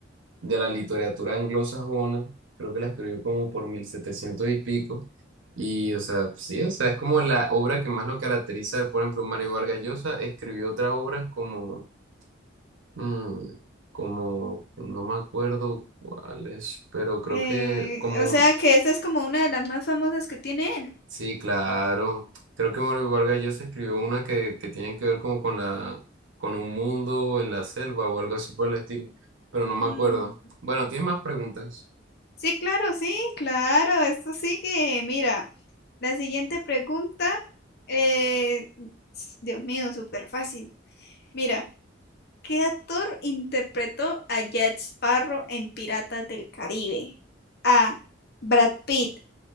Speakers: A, on the right (about 90°); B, on the left (about 55°).
A: de la literatura anglosajona. Creo que la escribió como por 1700 y pico. Y, o sea, sí, o sea, es como la obra que más lo caracteriza. Por ejemplo, Mario Vargas Llosa escribió otras obras como, mm, como, no me acuerdo cuáles, pero creo
B: Eh,
A: que como
B: o sea que esa es como una de las más famosas que tiene él.
A: Sí, claro. Creo que Mario Vargas Llosa escribió una que, que tiene que ver como con la, con un mundo en la selva o algo así por el estilo, pero no me
B: Mm,
A: acuerdo. Bueno, ¿tienes más preguntas?
B: Sí, claro, sí, claro. Esto sigue. Mira, la siguiente pregunta. eh, s- Dios mío, súper fácil. Mira. ¿Qué actor interpretó a Jack Sparrow en Piratas del Caribe? A. Brad Pitt.